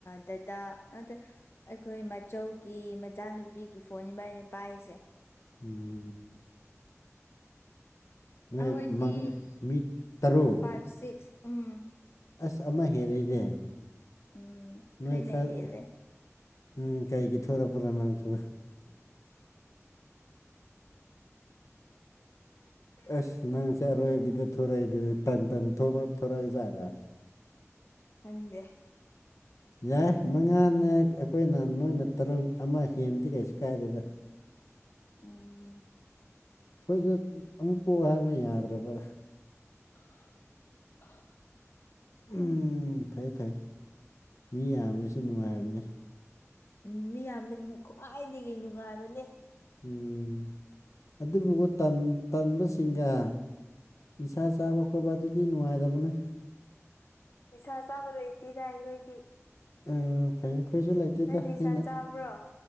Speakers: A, on the left; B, on the left.
A: ꯗꯇꯥ ꯅꯠꯇ꯭ꯔ ꯑꯩꯈꯣꯏ ꯃꯆꯧꯒꯤ ꯃꯆꯥꯅꯨꯄꯤꯒꯤ ꯐꯣꯟꯅꯤꯕ ꯑꯩꯅ ꯄꯥꯏꯔꯤꯁꯦ
B: ꯎꯝ ꯅꯣꯏ
A: ꯑꯩꯈꯣꯏꯗꯤ
B: ꯃꯪ ꯃꯤ ꯇꯔꯨꯛ
A: ꯐꯥꯏꯚ ꯁꯤꯛꯁ ꯎꯝ
B: ꯑꯁ ꯑꯃ ꯍꯦꯜꯂꯤꯅꯦꯦ
A: ꯎꯝ
B: ꯅ
A: ꯑꯩꯈꯣꯏꯅ
B: ꯑꯦꯈꯔ
A: ꯍꯦꯜꯂꯦ
B: ꯎꯝ ꯀꯥꯏꯒꯤ ꯊꯣꯔ ꯄꯨꯔꯥ ꯃꯁꯨ ꯑꯁ ꯅꯪ ꯆ ꯑꯔꯣꯏꯕꯤꯗ ꯊꯣꯔꯛꯏꯗ ꯇꯟ ꯇꯟ ꯊꯣꯔꯛꯑꯏ ꯌꯥꯥꯔ
A: ꯍꯪꯗꯦ
B: ꯌꯥꯏ ꯃꯉꯥꯅꯦ ꯑꯩꯈꯣꯏꯅ ꯅꯣꯏꯅ ꯇꯔꯨꯛ ꯑꯃ ꯍꯦꯟꯕꯗꯤ ꯀꯩꯁꯨ ꯀꯥꯏꯗꯦꯗ
A: ꯎꯝ
B: ꯑꯩꯈꯣꯏꯁꯨ ꯑꯃꯨꯛ ꯄꯣꯛ ꯍꯥꯏꯕꯅ ꯌꯥꯗ꯭ꯔꯕ
A: ꯍ
B: ꯎꯝ ꯐꯩ ꯐꯩ ꯃꯤ ꯌꯥꯝꯃꯤꯁꯨ ꯅꯨꯡꯉꯥꯏꯔꯕꯅꯤ
A: ꯎ ꯃꯤ ꯌꯥꯝꯕ ꯈ꯭ꯋꯥꯏꯗꯒꯤ ꯅꯨꯡꯉꯥꯏꯕꯅꯦ
B: ꯎꯝ ꯑꯗꯨꯕꯨꯒ ꯇꯟꯕꯁꯤꯡꯒ ꯅꯤꯥ ꯆꯥꯕ ꯈꯣꯠꯄ ꯑꯗꯨꯗꯤ ꯅꯨꯡꯉꯥꯏꯇꯕꯅꯦ
A: ꯅꯤꯁꯥ ꯆꯥꯕ ꯂꯩꯇꯦꯗ ꯑꯩꯈꯣꯏꯗꯤ
B: ꯑ ꯐꯩ ꯑꯩꯈꯣꯏꯁꯨ ꯂꯩꯇꯦꯗ
A: ꯅꯪ ꯅꯤꯁꯥ
B: ꯑꯩꯅ
A: ꯆꯥꯕ꯭ꯔꯣ